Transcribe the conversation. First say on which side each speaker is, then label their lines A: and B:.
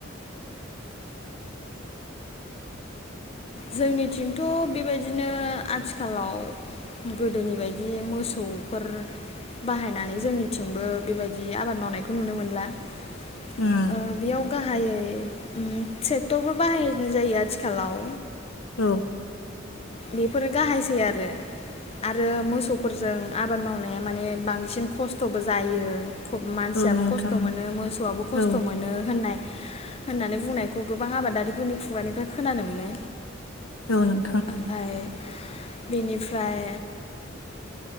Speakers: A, on the left; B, on the left.
A: जोंनिथिंथ' बेबायदिनो आथिखालाव गोदोनि बायदि मोसौफोर बाहायनानै जोंनिथिंबो बेबायदि आबाद मावनायखौ नुनो मोनला ओ
B: उम
A: बेयाव गाहायै ट्रेक्टरफोर बाहायनो जायो आथिखालाव
B: औ
A: बेफोरो गाहायसै आरो आरो मोसौफोरजों आबाद मावनाया माने बांसिन खस्थ'बो जायो। मानसियाबो
B: औ नोंथां
A: खस्थ' मोनो मोसौआबो खस्थ'
B: औ
A: मोनो होननाय। होननानै बुंनायखौ गोबां आबादारिफोरनि खुगानिफ्राय खोनानो मोनो।
B: औ नों
A: ओमफाय बेनिफ्राय